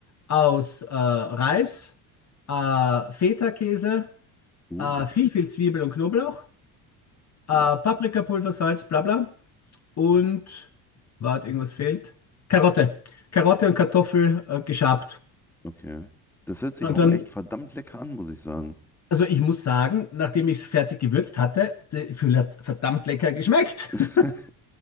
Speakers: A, on the left; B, in the centre.
A: aus äh, Reis, äh, Feta-Käse,
B: Uh,
A: äh, viel, viel Zwiebel und Knoblauch, äh,
B: ja,
A: Paprikapulver, Salz, bla bla. Und, warte, irgendwas fehlt. Karotte. Karotte und Kartoffel äh, geschabt.
B: okay. Das hört sich
A: Und
B: auch
A: dann
B: echt verdammt lecker an, muss ich sagen.
A: Also ich muss sagen, nachdem ich es fertig gewürzt hatte, der Füll hat verdammt lecker geschmeckt.
B: <laughs>
A: <laughs>